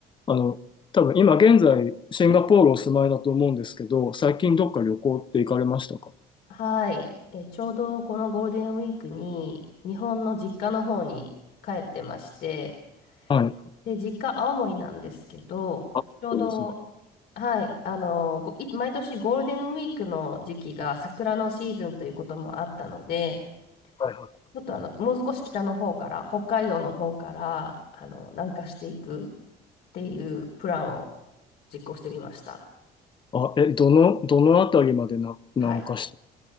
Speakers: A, on the left; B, on the left.
A: あの、多分今現在シンガポールお住まいだと思うんですけど、最近どっか旅行って行かれましたか
B: はい、え、ちょうどこのゴールデンウィークに日本の実家の方に帰ってまして、
A: はい。
B: で、実家青森なんですけど、
A: あ、
B: ちょうど、
A: そうですね。
B: はい、あの、ごい毎年ゴールデンウィークの時期が桜のシーズンということもあったので、
A: はいはい。
B: ちょっとあの、もう少し北の方から、北海道の方から、あの、南下していくっていうプランを実行してみました。
A: あ、え、どの、どのあたりまでな、南下し
B: はい。